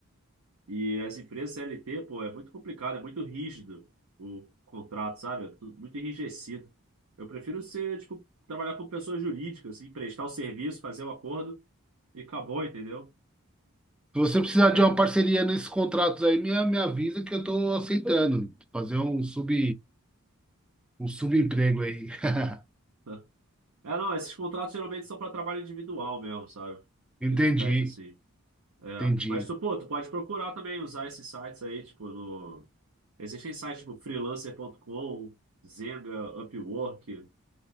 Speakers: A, on the right; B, in the centre.
A: e as empresas CLT, pô, é muito complicado, é muito rígido o contrato, sabe? É tudo muito enrijecido. Eu prefiro ser, tipo, trabalhar com pessoas jurídicas, assim, prestar o serviço, fazer o acordo e acabou, entendeu?
B: Se você precisar
A: Porque.
B: de uma parceria nesses contratos aí, me, me avisa que eu tô aceitando. Fazer um sub, um subemprego aí. <laughs>
A: <laughs> É, não, esses contratos geralmente são para trabalho individual mesmo, sabe?
B: Entendi,
A: Que tu fecha assim. É.
B: entendi.
A: Mas tu, pô, tu pode procurar também usar esses sites aí, tipo, no. Existem sites tipo freelancer.com, Zenga, Upwork,